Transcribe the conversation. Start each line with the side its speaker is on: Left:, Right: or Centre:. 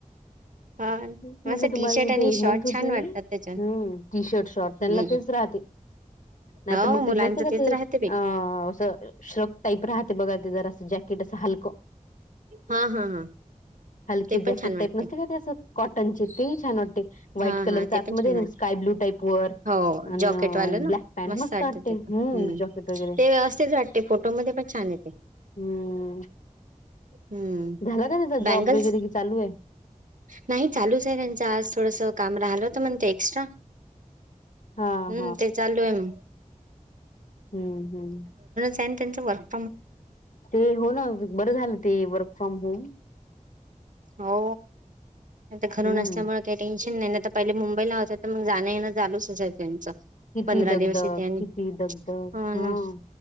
Right: हा
Left: म्हटलं
Right: मस्त
Left: तुम्हाला
Right: टी शर्ट
Left: मी
Right: आणि
Left: ते
Right: शॉर्ट
Left: म्हणत होती
Right: छान
Left: मी
Right: वाटतात त्याच्यात
Left: हम् टी शर्ट शॉर्ट त्यांना
Right: हम्म
Left: तेच राहते <inaudible> नाहीत
Right: हो
Left: मग ते
Right: मुलांच
Left: नसे का
Right: तेच
Left: ते अ
Right: राहते बाई
Left: असं श्रक टाईप राहते बघा ते जर असं जॅ ेट अस हलकं
Right: हा हा हा
Left: हलके
Right: ते
Left: जॅकेट
Right: पण छान वाटते
Left: टाईप नसते का ते असं टंचीिती छान वाट्टे व्हाईट
Right: हा
Left: कलरच
Right: हा ते
Left: आतमध्येध्ये
Right: पण छान वाटते
Left: स्काय ब्लू टाईप वर
Right: हो
Left: अन
Right: जॉकेटवालं ना
Left: ब्लॅक पॅन्ट मस्त
Right: वाटतं
Left: वाटते
Right: ते हम्म
Left: जॉकेट वगैरे
Right: ते असेच वाटते फोटोमध्येध्ये पण छान येते
Left: हम्म
Right: हम्म
Left: झाला का त्याचा
Right: बँगल्स
Left: जॉब वगैरे कि चालू आहे
Right: नाही चालूच आहे त्यांच आज थोडस काम राहिलं होत म्हण ते एक्स्ट्रा
Left: हां,
Right: हम्म ते चालू आहे मग
Left: हम्म हम्म
Right: त्यानी त्यांं ब
Left: ते हो ना बरं झालं ते वर्क फ्रॉम होम
Right: हो आता घरून
Left: हं.
Right: असल्यामुळे काही टेन्शन नाही तर पहिले मुंबईला होता तर मग जाण यें लचं
Left: किती
Right: पंधरा
Left: दगदग,
Right: दिवस येते आणि
Left: किती
Right: हो
Left: दगदग. हां.
Right: ना